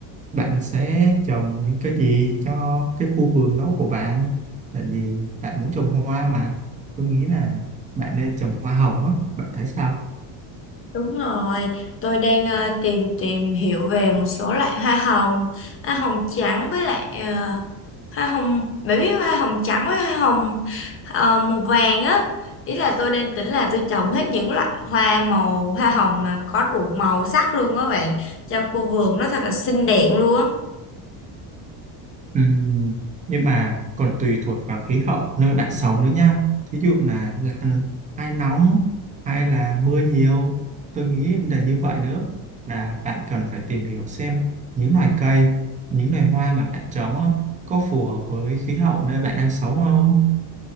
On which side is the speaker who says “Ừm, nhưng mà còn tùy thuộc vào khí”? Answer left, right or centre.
Right